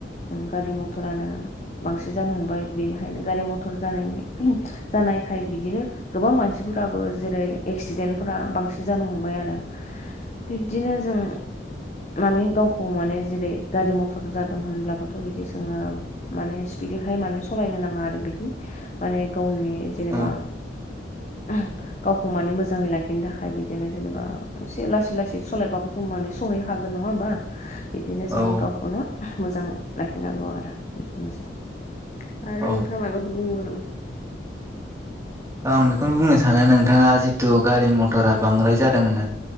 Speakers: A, on the left; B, on the right.
A: गारि मथरानो बांसिन जानो हमबाय बेनिखायनो गारि मथर जानायनि जानायखाय बिदिनो गोबां मानसिफोराबो जेरै एक्सिडेन्टफोरा बांसिन जानो हमबाय आरो बिब्दिनो जों माने गावखौ माने जेरै गारि मथर जादों होनब्लाबोथ' बिदि सोङो माने स्पिडहाय माने सालायनो नाङा आरो बिदि माने गावनि जेनेबा
B: औ
A: <inaudible> गावखौ माने मोजाङै लाखिनो थाखाय बिदिनो जेनेबा एसे लासै लासै सालायबाबोथ' माने सहै हागोन नङा होमबा
B: <inaudible>
A: बिदिनो
B: औ
A: जोङो गावखौनो मोजाङै लाहैनांगौ आरो बिदिनोसै आरो
B: औ
A: नोंथाङा माबाफोर बुंबावगोन नामा
B: आं बेखौनो बुंनो सानो नोंथाङा जिथु गारि मथरा बांद्राय जादों न